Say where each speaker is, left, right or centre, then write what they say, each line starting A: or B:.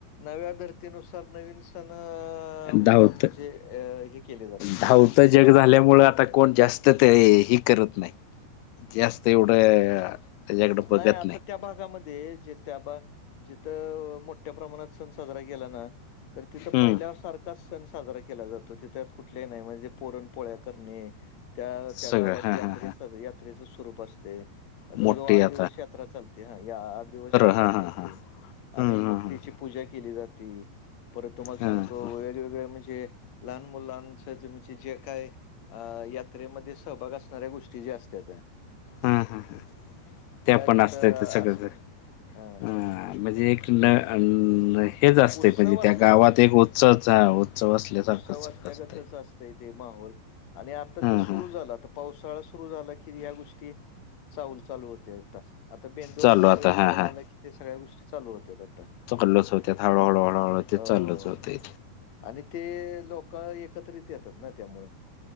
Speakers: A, on the left (about 50°); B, on the left (about 90°).
A: नव्या धर्तीनुसार नवीन सण म
B: धावतं
A: - म म्हणजे हे केले जातात
B: धावतं जग झाल्यामुळे आता कोण जास्त ते हे करत नाही जास्त एवढं त्याच्याकडं बघत
A: नाही आता त्या भागामध्ये जे त्या बा, जिथ मोठ्या प्रमाणात सण साजरा केलं ना, तर तिथ
B: हं.
A: पहिल्या सारखाच सण साजरा केला जातो त त्यात कुठले नाही म्हणजे पोरण पोळ्या करणे त्या त्या
B: सगळं
A: गावात
B: हां,
A: यात्रे
B: हां,
A: यात्रेचं स्वरूप असतय..
B: मोठे या
A: दिवस यात्रा चालत्या, या आठ दिवस यात्रा
B: हां,
A: चालती.
B: हां, हां. हं,
A: आणि मग
B: हं, हं.
A: तीची पूजा केली जाती. परत तुम्हाला
B: हं,
A: सांगतो
B: हं.
A: वेगवेगळ्या म्हणजे लहान मुलांच म्हणजे जे काय अ- यात्रेमध्ये सहभाग असणाऱ्या गोष्टी ज्या असत्यात्या
B: हा हा. त्या पण
A: तिथं
B: असत्यात्या सगळं
A: असतात.
B: जर
A: हा
B: हं म्हणजे एक न- नई हेच असतय
A: उत्सव
B: पाहिजे त्या
A: असल्यागतच
B: गावात एक उत्सवचा उत्सव असल्यासारखंच
A: उत्सव असल्यागतच
B: असतंय.
A: ते माहोल. आणि आता
B: हां,
A: ते सुरू
B: हां.
A: झालं आता पावसाळा सुरु झाला की ह्या गोष्टी चाहूल चालू होते आता आता. आता बेंदूर
B: चालू
A: आला,
B: आता
A: बैल
B: हां,
A: पोळा
B: हां.
A: आला कि ते सगळ्या गोष्टी चालू होत्यात आता.
B: चालूच होत्यात, हळूहळू हळूहळू ते
A: हो
B: चालच
A: हो
B: होतय.
A: हो. आणि ते लोक एकत्रित येतात ना त्यामुळं.